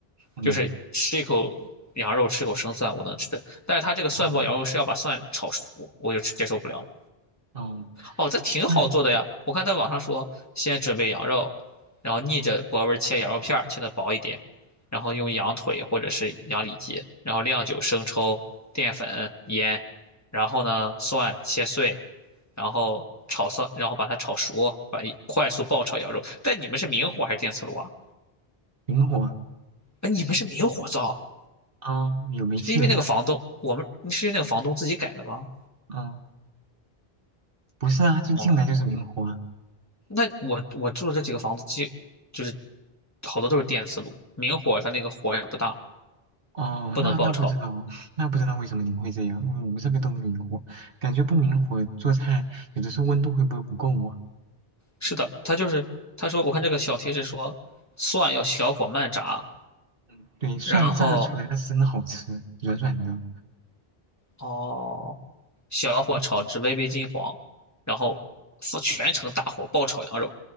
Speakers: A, on the right; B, on the left.
A: 嗯，
B: 就是吃一口羊肉，吃口生蒜，我能吃的但是它这个蒜爆羊肉是要把蒜炒熟，
A: 哦
B: 我就接受不了了。
A: 哦，
B: 哦，这挺好做的呀，
A: 蒜，
B: 我看在网上说，先准备羊肉，然后逆着薄纹切羊肉片儿，切的薄一点，然后用羊腿或者是羊里脊，然后料酒、生抽、淀粉、盐，然后呢，蒜切碎，然后炒蒜，然后把它炒熟，把一快速爆炒羊肉。但你们是明火还是电磁炉啊？
A: 嗯，灵活。
B: 哎，你们是明火灶，
A: 哦，有煤气了呀？
B: 是因为那个房东，我们是因为那个房东自己改的吗？
A: 哦，不是啊，就进来就是明火啊。
B: 哦，那我我住的这几个房子基，就是好多都是电磁炉，明火它那个火也不大，
A: 哦，
B: 不能爆炒。
A: 那那不知道，<laughs> 那不知道为什么你们会这样。嗯我们这边都明火，感觉不明火做菜有的时候温度会不会不够啊？
B: 是的，他就是他说，我看这个小贴士说，蒜要小火慢炸，
A: 嗯，对，蒜炸出来那是真的好吃，
B: 然后
A: 软软的，
B: 哦，小火炒至微微金黄，
A: 那种
B: 然后是全程大火爆炒羊肉。
A: 嗯